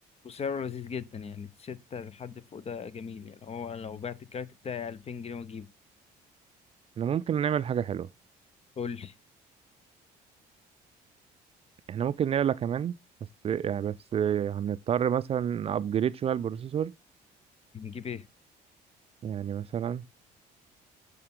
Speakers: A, on the left; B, on the right.
A: وسعره لذيذ جدا يعني ستة لحد فوق ده جميل يعني هو لو بعت الكارت بتاعي 2000 جنيه واجيبه
B: احنا ممكن نعمل حاجة حلوة
A: قول لي
B: احنا ممكن نعلى كمان بس يعني بس هنضطر مثلا ابجريد شوية البروسيسور
A: نجيب ايه
B: يعني مثلا